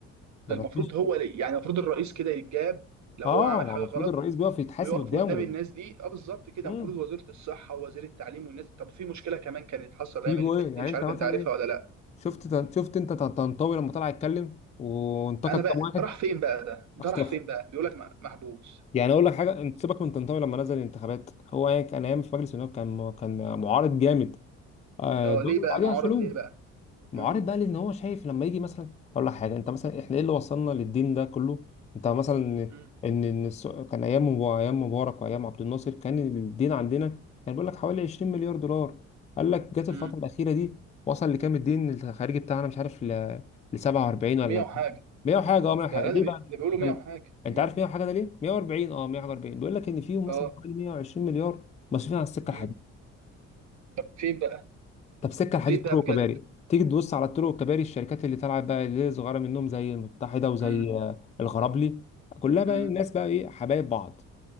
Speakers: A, on the left; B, on the right.
A: ده
B: ده
A: ما
B: المفروض
A: فيش
B: هو ليه يعني المفروض الرئيس كده يتجاب لو
A: اه
B: هو عمل
A: ما
B: حاجه
A: هو المفروض
B: غلط
A: الرئيس بيقف يتحاسب
B: ويقف
A: قدامه
B: قدام الناس دي اه بالظبط كده
A: امم
B: المفروض وزيره الصحه ووزير التعليم والناس طب في مشكله كمان كانت حصل الايام
A: يجوا
B: اللي فاتت
A: ايه
B: دي
A: يعني
B: مش
A: انت
B: عارف
A: مثلا
B: انت عارفها
A: ايه
B: ولا لا
A: شفت تن- شفت انت تن- طنطاوي لما طلع يتكلم وانتقد
B: انا بقى
A: كام واحد
B: راح فين بقى ده ده
A: اختفى
B: راح فين بقى بيقول لك م- محبوس
A: يعني اقول لك حاجه انت سيبك من طنطاوي لما نزل الانتخابات هو يعني كان ايام في مجلس النواب كان كان معارض جامد آه،
B: ده هو
A: الدوله
B: ليه
A: اللي
B: بقى
A: بعديها
B: معارض
A: شالوه
B: ليه بقى
A: معارض
B: امم
A: بقى لان هو شايف لما يجي مثلا اقول لك حاجه انت مثلا احنا ايه اللي وصلنا للدين ده كله انت مثلا
B: امم
A: ان ان الس- كان ايام مبا- ايام مبارك وايام عبد الناصر كان الدين عندنا كان بيقول لك حوالي 20 مليار دولار قال لك جت الفتره
B: امم
A: الاخيره دي وصل لكام الدين الخارجي بتاعنا مش عارف ل ل 47 ولا
B: 100 وحاجه
A: 100 وحاجه اه 100 وحاجه
B: ده لا
A: ليه
B: ده, بي...
A: بقى
B: ده بيقولوا
A: انت
B: 100 وحاجه
A: انت
B: امم
A: عارف 100 وحاجه ده ليه 140 اه 140 بيقول لك ان فيهم مثلا
B: اه
A: حوالي 120 مليار مصروفين على السكه
B: امم طب فين بقى
A: طب سكه حديد
B: فين
A: طرق
B: بقى
A: وكباري
B: بجد
A: تيجي تبص على الطرق والكباري الشركات اللي طلعت بقى اللي هي صغيره منهم زي المتحده وزي
B: امم
A: آه، الغرابلي كلها بقى
B: امم
A: ايه الناس بقى ايه حبايب بعض